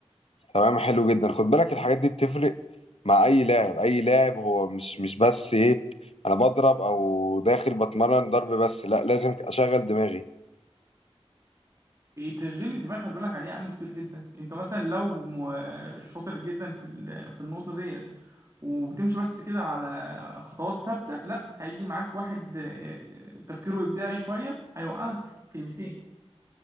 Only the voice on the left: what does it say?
تمام حلو جدا خد بالك الحاجات دي بتفرق مع اي لاعب اي لاعب هو مش مش بس ايه انا بضرب او داخل بتمرن ضرب بس لا لازم اشغل دماغي